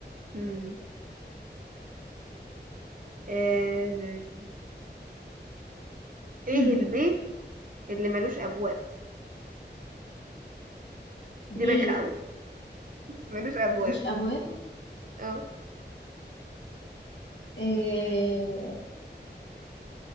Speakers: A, on the right; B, on the left.
A: امم آه... إيه
B: <clears throat>
A: البيت اللي ملوش أبواب؟
B: بيت
A: دي بايخة أوي ملوش أبواب
B: ملوش أبواب
A: اه
B: آه،